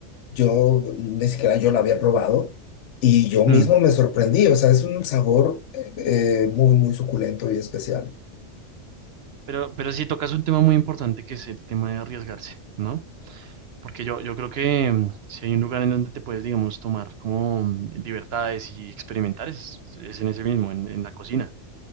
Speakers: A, on the left (about 70°); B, on the right (about 65°).
A: Yo ni siquiera yo lo había probado y yo mismo
B: Mm.
A: me sorprendí. O sea, es un sabor eh, eh, muy, muy suculento y especial.
B: Pero, pero sí tocas un tema muy importante que es el tema de arriesgarse, ¿no? Porque yo, yo creo que mm, si hay un lugar en donde te puedes, digamos, tomar como mm, libertades y experimentar, es, es en ese mismo, en, en la cocina.